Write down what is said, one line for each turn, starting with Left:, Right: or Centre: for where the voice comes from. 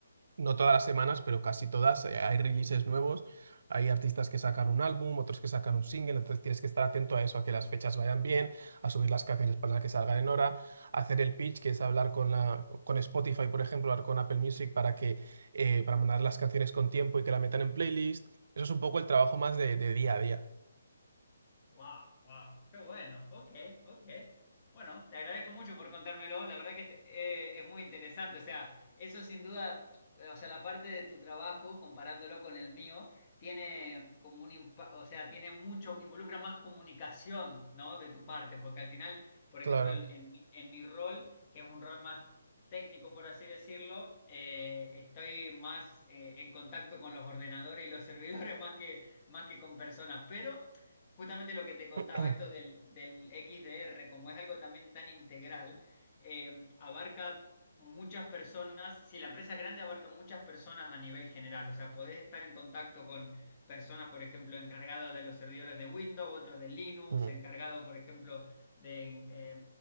Right: no todas las semanas, pero casi todas, eh, hay releases nuevos, hay artistas que sacan un álbum, otros que sacan un single, entonces tienes que estar atento a eso, a que las fechas vayan bien, a subir las canciones para que salgan en hora, hacer el pitch, que es hablar con la con Spotify, por ejemplo, hablar con Apple Music para que eh, para mandar las canciones con tiempo y que la metan en playlist. Eso es un poco el trabajo más de de día a día.
Left: Wow, wow, qué bueno. Ok, ok. Bueno, te agradezco mucho por contármelo. La verdad que te- eh, es muy interesante. O sea, eso sin duda, eh, o sea, la parte de tu trabajo, comparándolo con el mío, tiene como un impa- o sea, tiene mucho, involucra más comunicación, ¿no? De tu parte, porque al final, por
Right: Claro.
Left: ejemplo, en, en mi en mi rol, que es un rol más técnico, por así decirlo, eh, estoy más eh, en contacto con los ordenadores y los servidores <laughs> más que más que con personas, pero Justamente lo que te contaba,
Right: <clears throat>
Left: esto del, del XDR, como es algo también tan integral, eh, abarca muchas personas, si la empresa es grande, abarca muchas personas a nivel general, o sea, podés estar en contacto con personas, por ejemplo, encargadas de los servidores de Windows, otros de Linux,
Right: Mm.
Left: encargado, por ejemplo, de, eh,